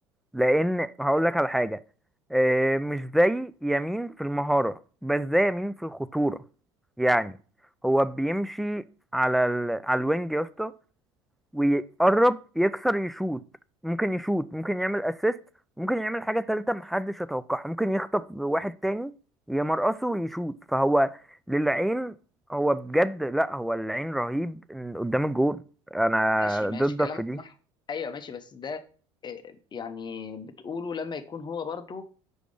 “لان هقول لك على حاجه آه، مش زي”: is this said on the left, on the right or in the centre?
Centre